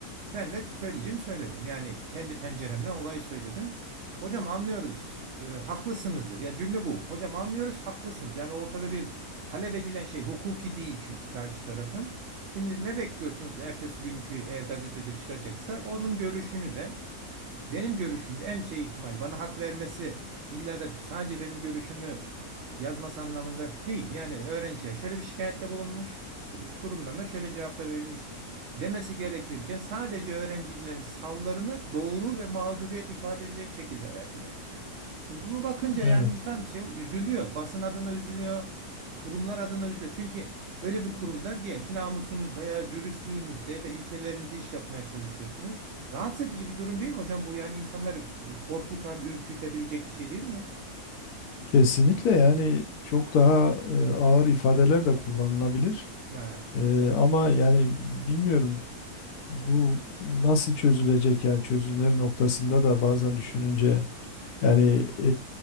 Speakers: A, on the right; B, on the left.
A: Ben de söyleyeceğim söyledim. Yani kendi penceremden olayı söyledim. Hocam anlıyoruz. e, haklısınız dedi. Yani cümle bu. Hocam anlıyoruz haklısınız. Yani ortada bir Talep edilen şey hukuki değil çünkü karşı tarafın. Şimdi ne bekliyorsunuz ertesi günkü eğer gazetede çıkacaksa onun görüşünü de benim görüşümü de en şey ihtimal bana hak vermesi illa da sadece benim görüşümü yazması anlamında değil. Yani öğrenciye şöyle bir şikayette bulunmuş kurumlarına şöyle cevapta verilmiş demesi gerekirken sadece öğrencilerin savlarını doğru ve mağduriyet ifade edecek şekilde verdiler. Şimdi bunu bakınca yani
B: Evet.
A: insan şey üzülüyor. Basın adına üzülüyor. Kurumlar adına üzülüyor. Çünkü öyle bir kurumda diyelim ki namusunuzda ya da dürüstlüğünüzde ya da ilkelerinizle iş yapmaya çalışıyorsunuz. Rahatsız edici bir durum değil mi hocam? Bu yani insanları korkutan, ürkütebilecek bir şey değil mi?
B: Kesinlikle yani çok daha e, ağır ifadeler de kullanılabilir.
A: Ya
B: E, ama yani bilmiyorum bu nasıl çözülecek yani çözümleri noktasında da bazen düşününce Yani e,